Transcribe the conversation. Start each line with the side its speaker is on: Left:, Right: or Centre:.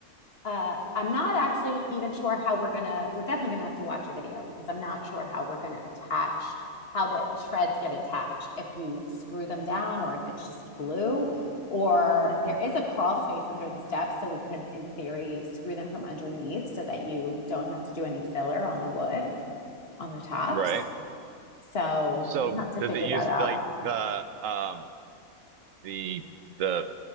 Left: uh, I'm not actually even sure how we're gonna. We're definitely gonna have to watch a video because I'm not sure how we're gonna attach how the treads get attached. If you screw them down, or if it's just glue, or
Right: hmm
Left: there is a crawl space under the steps, so we could, in theory, screw them from underneath so that you don't have to do any filler on the wood on the tops.
Right: Right.
Left: So
Right: So
Left: we'll have to
Right: does
Left: figure
Right: it use
Left: that out.
Right: like the um the the